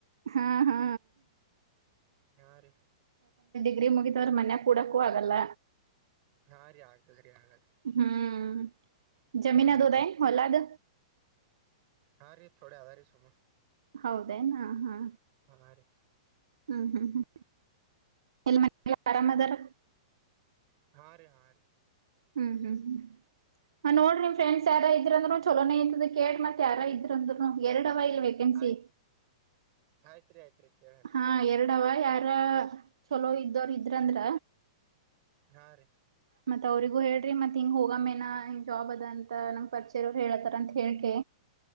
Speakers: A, on the right (about 70°); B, on the right (about 45°).
A: ಹಾ ಹಾ
B: ಆರು
A: ಗ್ರರಿ ಮುಗಿದವರು ಮನ್ಯ ಕೂಡಕೂ ಆಗಲ್ಲ
B: ಹಾ ರೀ ಆಗಲ್ರಿ ಆಗಲ್
A: ಹ್ಮ್ ಜಮೀನದುದ
B: ಹಾ ರೀ
A: ಹೊಲದ
B: ಹಾ ರೀ ಥೋಡೆ ಆಧ ರೀ ಸುಮ್ಮ
A: ಹೌದೇನಾ ಹಾ
B: ಹಾ ರೀ
A: ಹ್ಮ್ ಹ್ಮ್ ಹ್ಮ್ ಎಲ್ಲಿ ಆರಾಮದರ
B: ಹಾ ರೀ ಹಾ ರೀ
A: ಹ್ಮ್ ಹ್ಮ್ ಹ್ಮ್ ಹ ನೋಡ್ರಿ
B: ಹಾ ರೀ
A: ನಿಮ್ ಫ್ರೆಂಡ್ಸ್ ಯಾರ್ ಇದ್ರಂದ್ರರು ಚಲನೇ ಇಂತ ಕೇಡ್ ಮತ್ತ ಯಾರ ಇದ್ರಂದ್ರು ಎರಡು ಇ ವೇಕೆನ್ಸಿ
B: ಆಯ್ತ್ ಆಯ್ತ್ ರೀ ಆಯ್ತ್ ರೀ ಕೇಳ ಆಯ್ತ್
A: ಹ ಎರಡ ಯಾರ ಚಲೋ ಇದ್ದವರು ಇದ್ರಂದ್ರ
B: ಹಾ ರೀ
A: ಮತ್ ಅವ್ರರಿಗೂ ಹೇಳ್ರಿ ಮತ್ ಹಿಂಗ್ ಹೋಗ ಮೇನಾ ಹಿಂಗ್ ಜಾಬ್ ಅದ ಅಂತ ನಂಗ ಪರಿಚಯರ ಅವರು ಹೇಳತಾರ ಅಂತ ಹೇಕ